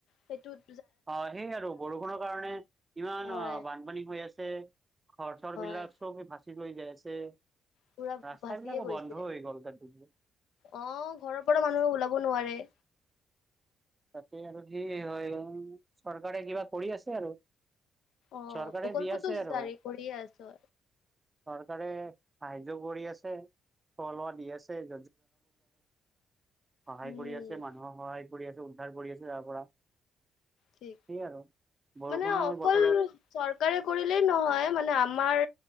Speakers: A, on the left (about 75°); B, on the right (about 20°).
A: সেইটোত
B: অ সেইয় আৰু বৰষুণৰ কাৰণে ইমান
A: হয়
B: আহ বানপানী হৈ আছে ঘৰচৰ
A: হয়
B: বিলাক চবি ভাচি লৈ যাই আছে
A: পুৰা
B: ৰাস্তা
A: ভাচিয়ে
B: বিলাকো
A: গৈছে
B: বন্ধ হৈ গ'ল তাত দু
A: অ', ঘৰৰ পৰা মানুহে ওলাব নোৱাৰে
B: তাতে আৰু কি হয় চৰকাৰে কিবা কৰি আছে আৰু
A: অ'
B: চৰকাৰে
A: প্ৰকল্পটো
B: দি আছে
A: জাৰি
B: আৰু
A: কৰিয়ে আছ।
B: <unintelligible> সাহায্য কৰি আছে, খোৱা লোৱা দি আছে <unintelligible> সহায়
A: উম,
B: কৰি আছে, মানুহক সহায় কৰি আছে, উদ্ধাৰ কৰি আছে তাৰ পৰা।
A: ঠিক।
B: সেই আৰু। বৰষুণৰ
A: মানে অকল
B: বতৰত
A: চৰকাৰে কৰিলেই নহয়, মানে আমাৰ